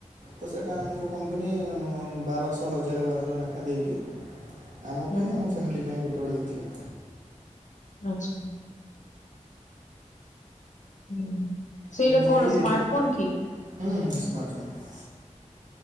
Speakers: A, on the right (about 80°); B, on the left (about 75°).
A: ତ ସେଟା ଆମକୁ କମ୍ପନୀ ବାରଶହ ହଜାର ବାରଶହ ନେଖା ଦେଇକି ଆମପାଇଁ,
B: ହୁଁ
A: ଆମ ଫ୍ୟାମିଲିପାଇଁ ଗୋଟେ ଗୋଟେ ଦେଇଥିଲା।
B: ଆଚ୍ଛା। ହୁଁ, ସେଇଟା
A: ତ ମୁଁ
B: କଣ
A: ନେଇଯାଇଥିଲି
B: ସ୍ମାର୍ଟ ଫୋନ କି?
A: ହୁଁ ହୁଁ। Smart phone.